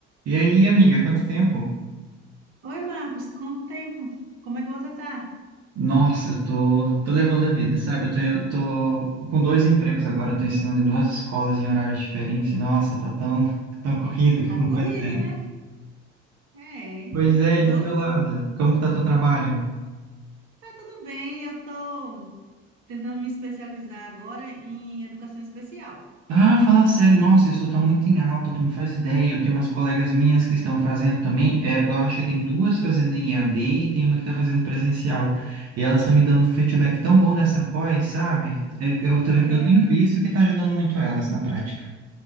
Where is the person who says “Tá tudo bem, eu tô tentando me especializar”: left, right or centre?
Right